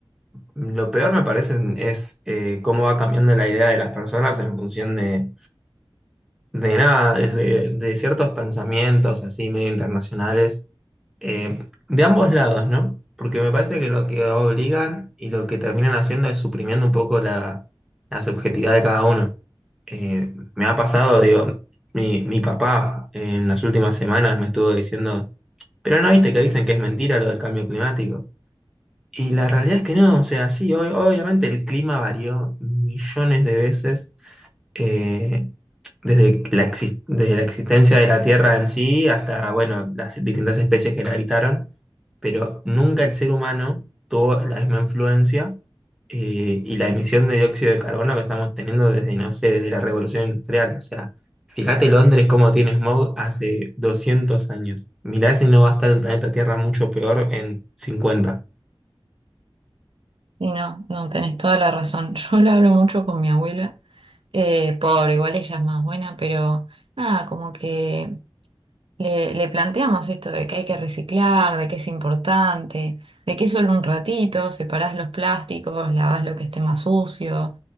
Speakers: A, in the centre; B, on the right (about 70°).
A: lo peor me parece es eh, cómo va cambiando la idea de las personas en función de de nada, desde, de ciertos pensamientos así medio internacionales, eh, de ambos lados, ¿no? Porque me parece que lo que obligan y lo que terminan haciendo es suprimiendo un poco la, la subjetividad de cada uno. Eh, me ha pasado, digo, mi, mi papá en las últimas semanas me estuvo diciendo, pero no viste que dicen que es mentira lo del cambio climático. Y la realidad es que no, o sea, sí, ob- obviamente el clima varió millones de veces. Eh, desde la, exis- desde la existencia de la Tierra en sí hasta, bueno, las distintas especies que la habitaron, pero nunca el ser humano tuvo la misma influencia eh, y la emisión de dióxido de carbono que estamos teniendo desde, no sé, desde la Revolución Industrial. O sea, fíjate Londres cómo tiene smog hace 200 años. Mirá si no va a estar el planeta Tierra mucho peor en cincuenta
B: Y no, no, tenés toda la razón. <laughs> Yo lo hablo mucho con mi abuela, eh, por igual ella es más buena, pero nada, como que le, le planteamos esto de que hay que reciclar, de que es importante, de que es solo un ratito, separás los plásticos, lavás lo que esté más sucio,